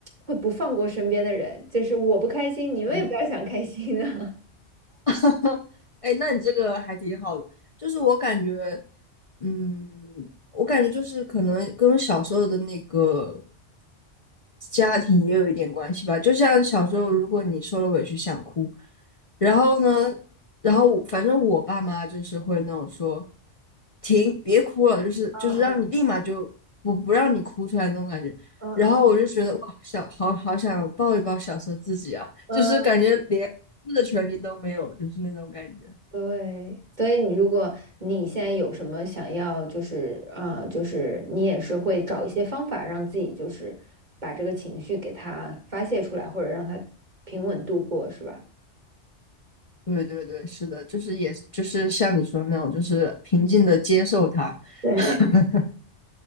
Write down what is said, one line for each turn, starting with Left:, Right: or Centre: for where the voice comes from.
Right: 会不放过身边的人，就是我不开心，你们也不要想开心啊。
Left: 对。<laughs> 哎，那你这个还挺好的，就是我感觉，嗯，我感觉就是可能跟小时候的那个家庭也有一点关系吧。就像小时候，如果你受了委屈想哭，然后呢，然后我反正我爸妈就是会那种说，停，别哭了，就是就是让你立马就不不让你哭出来那种感觉。
Right: <laughs> 嗯嗯嗯嗯
Left: 然后我就觉得哇，想好好想抱一抱小时候自己啊，
Right: 嗯
Left: 就是感觉连。么的权利都没有，就是那种感觉。
Right: 对，所以你如果你现在有什么想要，就是啊、呃就是你也是会找一些方法让自己就是把这个情绪给它发泄出来，或者让它平稳度过，是吧？
Left: 对对对，是的，就是也就是像你说那种，就是平静的接受它
Right: 对，<laughs>
Left: <laughs>，